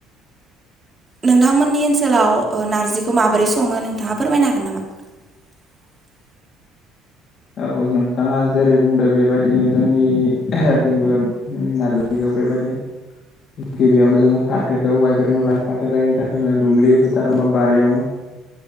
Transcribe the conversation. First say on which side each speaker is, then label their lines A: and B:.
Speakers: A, on the right; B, on the left.
A: नोंथांमोननि ओनसोलाव ओ नारजिखौ माबोरै सङो नोंथाङा फोरमायनो हागोन नामा? <unintelligible>
B: औ नोंथाङा जेरै बुंदो बेबायदिनो जोंनिथिंबो उम नारजिखौ बेेबादिनो गिबियावनो जोङो फाथोखौ गायग्रोनो लायो फाथो गायनो थाखाय जोङो दुब्लि होथारबा बारियावनो